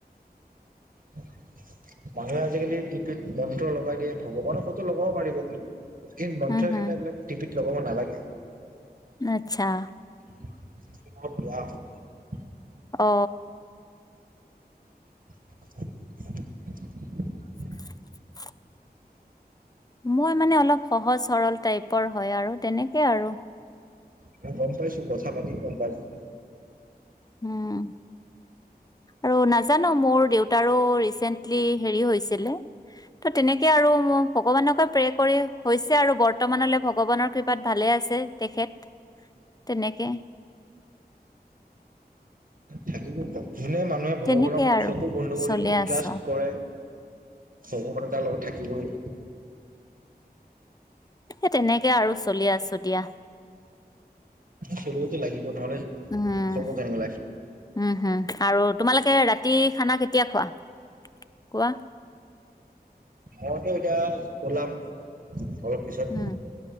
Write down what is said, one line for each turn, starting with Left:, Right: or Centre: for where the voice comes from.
Right: মানুহে আজিকালি লিপিত মন্ত্ৰ লগাই দিয়ে ভগৱানৰ ফটো লগাব পাৰিব নপু বনঞ্চোৱা
Left: হম হম
Right: কেইটাবিলাক টিপি লগব নালাগে
Left: আচ্ছা
Right: <inaudible>
Left: অ
Right: <unintelligible>
Left: <unintelligible> মই মানে অলপ সহজ সৰল টাইপৰ হয় আৰু তেনেকে আৰু
Right: ম গম পাইছো কথা পাতিও গম পাইছো ।
Left: উম । আৰু নাজানো মোৰ দেউতাৰো ৰিচেন্টলি হেৰি হৈছিলে ত তেনেকে আৰু ম ভগৱানকে প্ৰে কৰি হৈছে আৰু বৰ্তমানলৈ ভগৱানৰ কৃপাত তালে আছে তেখেত তেনেকে
Right: খেল যোনে মানুহে ভগৱানক
Left: তেনেকে আৰু
Right: চকু বন্ধু কৰি
Left: চলি আছো
Right: ট্ৰাষ্ট কৰে ভগৱততাৰ লগত থাকিবই
Left: স তেনেকে আৰু চলি আছো দিয়া
Right: চলিবতো লাগিব নহ'লে
Left: উম
Right: চলিব কেনেকে লাইফ
Left: উম হম আৰু তোমালোকে ৰাতি খানা কেতি কয়া কোৱা কোৱা
Right: মতে তিয়া ওলাম অলপ পিছত
Left: উম